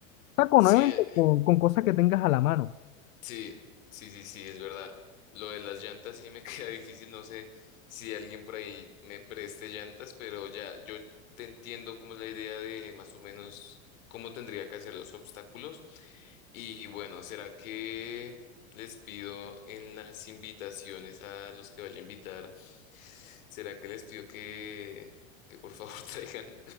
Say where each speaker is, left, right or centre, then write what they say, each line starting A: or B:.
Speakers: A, on the left (about 85°); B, on the left (about 70°).
A: O sea, con,
B: Sí,
A: obviamente, con con cosas que tengas a la mano.
B: Sí, sí, sí, sí, es verdad. Lo de las llantas sí me <laughs> queda difícil, no sé si alguien por ahí me preste llantas, pero ya yo te entiendo cómo es la idea de más o menos cómo tendría que hacer los obstáculos. Y bueno, ¿será que les pido en las invitaciones a los que vaya a invitar? ¿Será que les pido que, que por favor <laughs> traigan